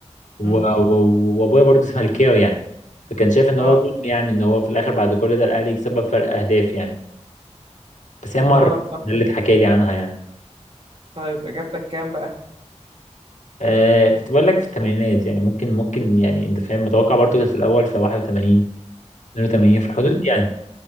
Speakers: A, on the left; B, on the right.
A: و-
B: امم
A: و- وابويا برضه <laughs> زملكاوي يعني فكان شايف ان
B: اه
A: هو ظلم يعني ان هو في الاخر بعد كل ده الاهلي يكسب بفرق اهداف يعني بس هي مره
B: اه صح
A: ده اللي اتحكى لي عنها يعني
B: طيب إجابتك كام بقى؟
A: آه كنت بقول لك في الثمانينات يعني ممكن ممكن يعني انت فاهم متوقع برضه كانت في الاول في 81 82 في الحدود دي يعني